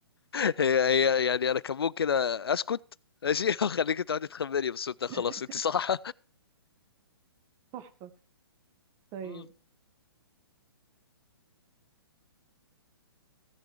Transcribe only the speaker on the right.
<laughs>
تحفة طيب